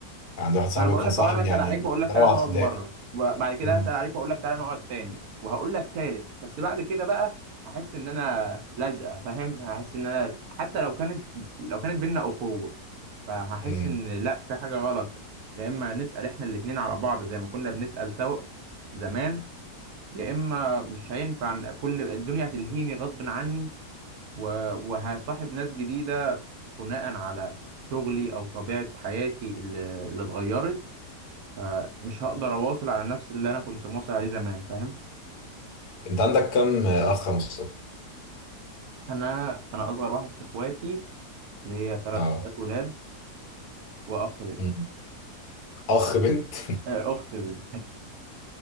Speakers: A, on the left; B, on the right.
A: كان عندي واحد صاحبي
B: انا بقول
A: وكان
B: لك
A: صاحبي
B: اهو انا هسال
A: يعني
B: عليك
A: من
B: واقول لك
A: رابعه
B: تعالى نقعد
A: ابتدائي
B: مره وبعد كده
A: أمم،
B: هسال عليك واقول لك تعالى نقعد تاني وهقول لك تالت بس بعد كده بقى هحس ان انا لازقه فاهم هحس ان انا حتى لو كانت لو كانت بينا اخوه فهحس
A: أمم.
B: ان لا في حاجه غلط يا اما نسال احنا الاتنين على بعض زي ما كنا بنسال سوا زمان يا اما مش هينفع إن كل الدنيا هتلهيني غصب عني و- وهصاحب ناس جديده بناء على شغلي او طبيعه حياتي اللي اللي اتغيرت فمش هقدر اواصل على نفس اللي انا كنت مواصل عليه زمان فاهم
A: انت عندك كم اخ يا مصطفى
B: انا انا اصغر واحد في اخواتي اللي هي ثلاث
A: اه
B: اخوات ولاد واخ بنت
A: أمم. اخ بنت
B: آه، اخت بنت